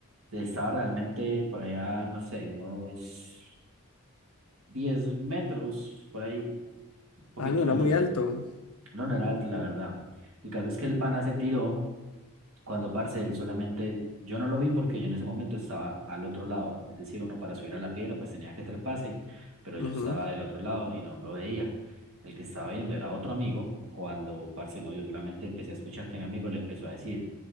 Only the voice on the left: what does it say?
Ah, no,
era muy alto.
Ujú.